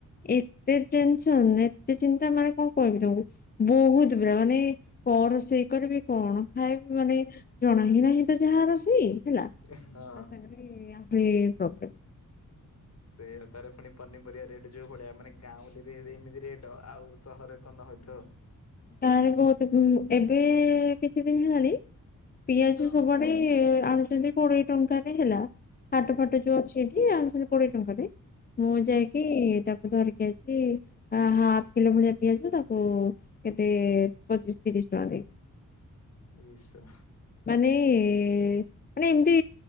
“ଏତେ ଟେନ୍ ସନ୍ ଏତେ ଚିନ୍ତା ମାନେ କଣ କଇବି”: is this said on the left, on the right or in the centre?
Left